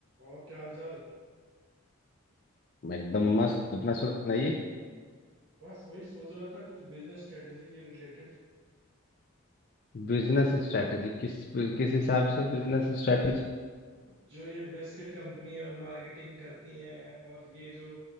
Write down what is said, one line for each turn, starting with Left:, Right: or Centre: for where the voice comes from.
Right: और क्या हालचाल
Left: एकदम मस्त अपना सुनाइए
Right: बस वही सोच रहा था कुछ बिजनेस स्ट्रेटेजी के रिलेटेड
Left: बिजनेस स्ट्रेटजी किस किस हिसाब से बिजनेस स्ट्रेटजी
Right: जो ये बिस्किट कंपनी और मार्केटिंग करती हैं और ये जो